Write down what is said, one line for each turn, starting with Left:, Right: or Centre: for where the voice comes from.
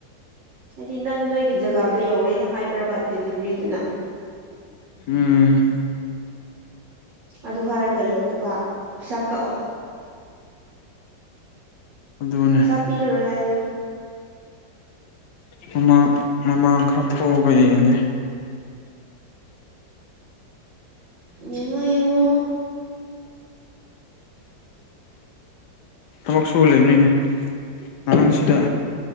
Right: ꯍꯥꯏꯗꯤ ꯅꯪ ꯅꯣꯏꯒꯤ ꯖꯒꯥꯗꯣ ꯌꯧꯔꯦꯅ ꯍꯥꯏꯕ꯭ꯔꯕ ꯦꯂꯤꯚꯔꯤꯗꯨꯅ
Left: ꯎꯝ
Right: ꯑꯗꯨ ꯍꯥꯏꯔꯒ ꯌꯧꯗꯕ ꯄꯩꯁꯥ ꯀꯛꯑꯣ
Left: ꯑꯗꯨ ꯑꯗꯨꯅꯦ
Right: ꯄꯩꯁꯥ ꯄꯤꯔꯔꯣꯏ ꯍꯥꯏꯌꯣ
Left: ꯃꯃꯥꯡ ꯃꯃꯥꯡ ꯈꯔ ꯊꯣꯛꯑꯒ ꯌꯦꯡꯒꯦ
Right: ꯌꯦꯡꯉꯣ ꯌꯦꯡꯉꯣ
Left: ꯊꯕꯛ ꯁꯨ ꯂꯩꯦꯕꯅꯤꯅꯦ ꯉꯔꯥꯡꯁꯤꯗ